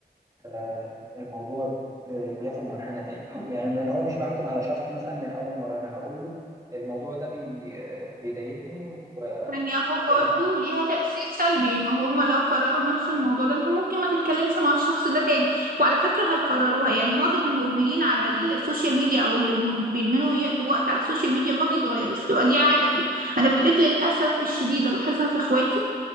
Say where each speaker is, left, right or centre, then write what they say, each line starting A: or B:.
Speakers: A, on the right; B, on the right.
A: آه، الموضوع بياخد منحنى تاني يعني من هو مش بحكم على شخص مثلا من أول مرة أنا هقول له الموضوع ده بي... آه، بيضايقني
B: يعني اهو
A: وهكلمك
B: برضه ليها تأثير سلبي ان هما لو كرروا نفس الموضوع ده انت ممكن ما تتكلمش مع الشخص ده تاني وعلى فكرة هيكرروها يعني معظم المدمنين على السوشيال ميديا او اللي مد- بيدمنوا يقضوا وقت على السوشيال ميديا ما بيتغيروش بتبقى دي عادة فيهم انا ابتديت للأسف الشديد الاحظها في اخواتي